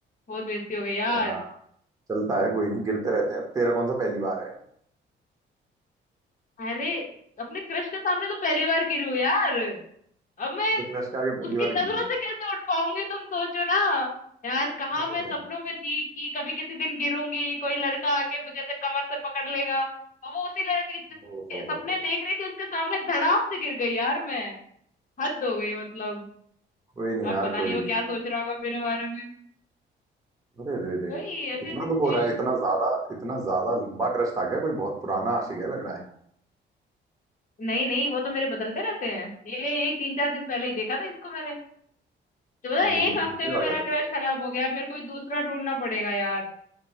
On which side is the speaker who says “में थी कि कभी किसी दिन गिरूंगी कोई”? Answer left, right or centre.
Left